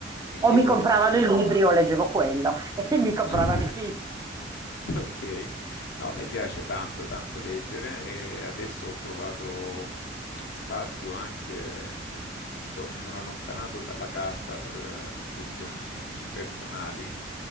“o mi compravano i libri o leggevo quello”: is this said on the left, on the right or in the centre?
Right